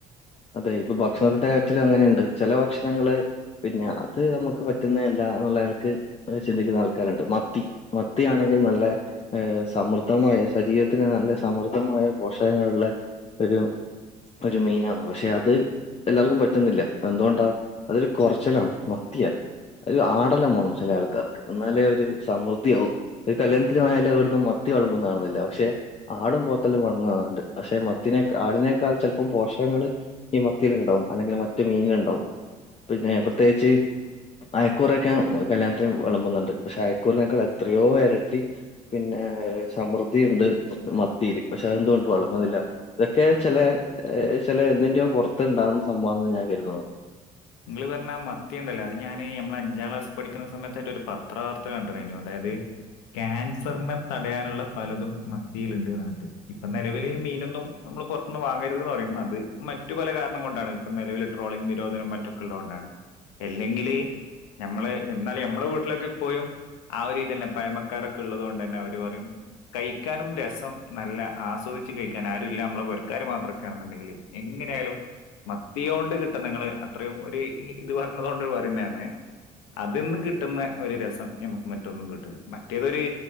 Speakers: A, on the left; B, on the left.
A: അതെ ഇപ്പൊ ഭക്ഷണത്തിന്റെ കാര്യത്തിൽ അങ്ങനെ ഇണ്ട് ചെല ഭക്ഷണങ്ങള് പിന്നെ അത് അമക്ക് പറ്റുന്നെ അല്ലാ ആ നല്ല ആൾക്ക് അത് ചിന്തിക്കുന്ന ആൾക്കാര് ഇണ്ട് മത്തി മത്തി ആണെങ്കിൽ നല്ലെ ഏ സമൃദ്ധമാ മായ ശരീരത്തിന് നല്ല സമൃദ്ധമായ പോഷകങ്ങളുള്ള ഒരു ഒരു മീനാണ് പക്ഷെ അത് എല്ലാവർക്കും പറ്റുന്നില്ല അത് എന്തുകൊണ്ടാ അതൊരു കൊറച്ചലാണ് മത്തിയാ ഒരു ആടെല്ലാം വേണം ചെല ആൾക്കാർക്ക് എന്നാലേ ഒരു സമൃദ്ധിയാവൂ ഒരു കല്യാണത്തിന് പോയാല് അവിടുന്ന് മ മത്തി വെള്മ്പ്ന്ന കാണുന്നില്ല പക്ഷെ ആടും പോത്തെല്ലാം വെള്മ്പ്ന്ന കാണുന്നുണ്ട് പക്ഷെ മത്തിനെക്ക ആടിനേക്കാൾ ചെലപ്പോം പോഷകങ്ങള് ഈ മത്തികളുണ്ടാവും അല്ലെങ്കിൽ മറ്റു മീനുകൾ ഉണ്ടാവും പിന്നെ പ്രത്യേകിച്ച് അയക്കൂറയൊക്കെ കല്യാണത്തിന് വിളമ്പുന്നുണ്ട് പക്ഷെ അയക്കൂറിനേക്കാൾ എത്രയോ ഇരട്ടി പിന്നെ സമൃദ്ധിയുണ്ട് മത്തിയിൽ പക്ഷെ അതെന്തുകൊണ്ട് വളമ്പുന്നില്ല ഇതൊക്കെ ചില എ ചില എന്തിൻറെയോ പുറത്തുണ്ടകുന്ന സംഭവാന്ന് ഞാൻ കരുതുന്നത്.
B: നിങ്ങൾ പറഞ്ഞ മത്തിയുണ്ടല്ലോ അത് ഞാന് നമ്മള് അഞ്ചാം ക്ലാസ്സിൽ പഠിക്കുന്ന സമയത്തൊരു പത് ത്ര വാർത്ത കണ്ടനു അതായത് ക്യാൻസറിനെ തടയാനുള്ള പലതും മത്തിയിലുണ്ട്ന്ന് പറഞ്ഞിട്ട് ഇപ്പൊ നിലവില് മീനൊന്നും നമ്മള് പുറത്തന്ന് വാങ്ങരുത്തന്ന് പറയും അത് മറ്റു പല കാരണം കൊണ്ടാണിപ്പ നിലൽ ട്രോളിംഗ് നിരോധനം മറ്റു ള്ളൊണ്ടാണ് അല്ലെങ്കില് ഞമ്മള് എന്നാലും ഞമ്മള് വീട്ടിലൊക്കെ ഇപ്പോയും ആ ഒരു ഇതന്നെ പഴമക്കാരൊക്കെ ഉള്ളത് കൊണ്ട് തന്നെ അവർ പറയും കഴിക്കാനും രസം നല്ല ആസ്വദച്ച് കഴിക്കാൻ ആരും ഇല്ല നമ്മളെ ആൾക്കാർ മാത്രൊക്കെ ആണെന്നുണ്ടെങ്കില് എങ്ങനെയായാലും മത്തിയോണ്ട് കിട്ടുന്നിങ്ങള് അത്രയും ഒരു ഇത് പറഞ്ഞതൊണ്ട് പറയുന്നതാണ് അതിൽന്ന് കിട്ടുന്ന ഒരു രസം ഞമുക്ക് മറ്റൊന്നും കിട്ടൂല്ല മറ്റേതൊരു